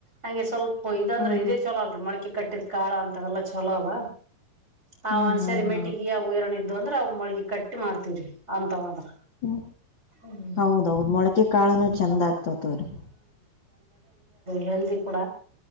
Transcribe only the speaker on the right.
ಅಂಗೆ ಸ್ವಲ್ಪ ಇದಂದ್ರೆ
ಇದೇ
ಚಲೋ ಅಲ್ರಿ ಮೊಳಕೆ ಕಟ್ಟ ಕಾಳ ಅಂತ ಎಲ್ಲಾ ಚಲೋ ಅಲ್ಲ ಆ
ಒಂದ್ಸರಿ
ಮೆಟ್ಟಿಗೆ ಇದು ಅಂದ್ರೆ ಅವು ಮೊಳಗಿ ಕಟ್ಟಿ ಮಾಡ್ತೀವ್ರಿ ಅಂತವಾದ್ರ
ಹ್ಮ್
ಹೆಲ್ತ್ ಕೂಡ